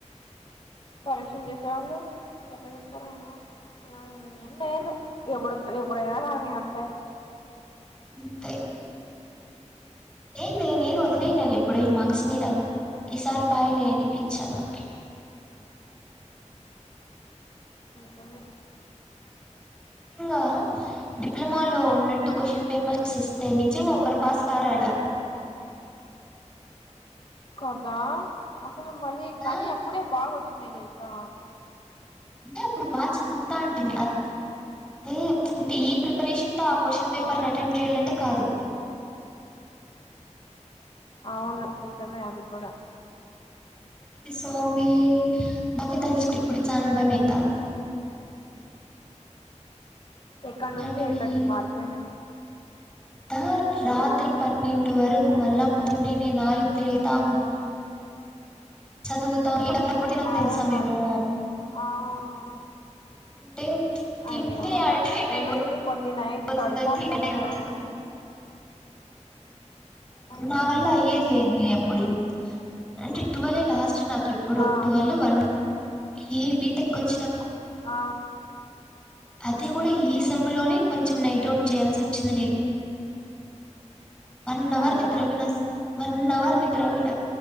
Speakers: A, on the left (about 45°); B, in the centre.
A: కరెక్షన్ చేసేవాళ్ళు ఎట్ల చేస్తరో ఏమో ఏం లేదు ఎప్పుడు ఎప్పుడైనా రాని అందే
B: అంతే ఏ నే నేను వదిలేయలే లేం పడయి మార్క్స్ మీదా ఈ సార్ పాయలే అని పిచ్చా నాకి
A: కొన్ని
B: నిజంగా డిప్లొమాలో ఉన్నట్టు క్వశ్చన్ పేపర్స్ ఇస్తే నిజంగ ఒకరు పాస్ కారాడా
A: కదా అసలు మళ్ళీ కానీ
B: ఆ
A: అప్పుడే బాగొచ్చినాయి తెల్సా
B: అంటే అప్పుడు బాగ్ చదువుతాంటిమి అదే అంటే ఈ ప్రిపరేషన్ తో ఆ క్వశ్చన్ పేపర్ని
A: ఆ
B: అటెంప్ట్ చేయాలంటే కాదు.
A: అవును నిజమే అది కూడా
B: డి స్వామి నాకైతే తలుచున్ ఇప్పుడు చానా భయమైతాంది.
A: ఎక్కడ్నుంచి
B: ఇలాంటివి
A: ఎక్కడికి మారి పొయినం.
B: ఆ రాత్రి పన్నెండు వరకు మళ్ళా పొద్దున్నేనే నాలుగ్ లేత్తాము. చదువుతా అన్నం కుడ తినం తెల్సా
A: అవును
B: మేమూ
A: ఆ
B: టే తింటే
A: అయ్యో
B: అరే టీమైపో
A: మేమైతే కొన్ని నైట్
B: అయిపోతుందా
A: పడుకోం
B: టీ
A: తెలుసా
B: టైమ్ అయిపోతుందా
A: అయ్యో
B: మా వల్ల అయ్యేదిలేదులే అప్పుడు అంటే ట్వల్వ్ లాస్ట్ నాకెప్పుడు
A: ఆ
B: టువెల్ వన్ ఈ బీటెకొచ్చి నాకు
A: ఆ
B: అది గుడా ఈ సెమ్లోనే కొంచం నైట్ అవుట్ చేయాల్సొచ్చింది నేను వన్ అవర్
A: అయ్యో
B: నిద్రపోయినస్ వన్ అవర్ నిద్రపొయిన